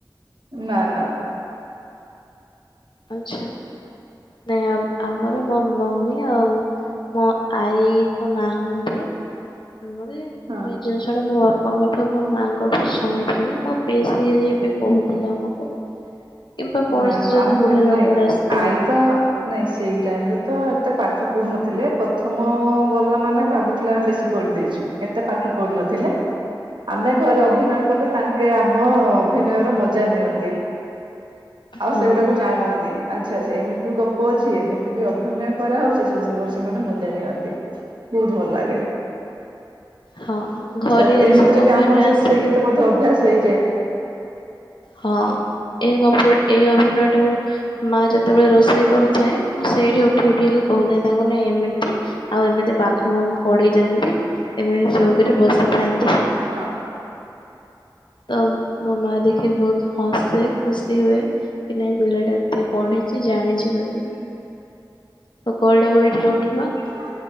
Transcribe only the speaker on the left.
ଆଚ୍ଛା ନାଇଁ ଆମ୍ ଆମର ମୋ ମମି ଆଉ ମୋ ଆଈଇ। ତ ନାହାନ୍ତି। ସାଙ୍ଗ ବି
ମୁଁ ଏଇ ଜିନିଷଟା ମୋ ବାପାଙ୍କଠୁ ମୋ ମାଆଙ୍କଠୁ ଶୁଣିଥିଲି ମୋ ପିଇସୀଇ ବି କହୁଥିଲା ମତେ କିମ୍ବା କୌଣସି
ଯଦି।
ବୁଢା ଲୋକଗୁଡା
ଆସିଥିବେ
ହଁ।
ହଁ ଘରେ
ଏ ସବୁ ଅଭିନୟ
ଆସି
ହଁ <unintelligible> ଏଇ ଅଭିନୟଟା ମୁଁ ମା ଯେତେବେଳେ ରୋଷେଇ କରୁଥାଏ ମୁଁ ସେଇଠି ଉଠି ଉଠି ହେଲେ କହୁଥାଏ ତାଙ୍କୁ ନାଇ ଏମିତି ଆଉ ଏମିତି ବାଘ ମାମୁଁ ପଡିଯାଆନ୍ତି ଏମିତି ଚୌକି କରି ବସିଥାନ୍ତି।
ତ ମୋ ମା ଦେଖ୍ ସେ ବହୁତ୍ ହସେ ଖୁସି ହୁଏ। କି ନାଇଁ ପିଲାଟା ଏତେ ପଢିଚି ଜାଣିଛି ବୋଧେ ତ କଲ୍ ଟାକୁ ଏଇଠି
ରଖିବା।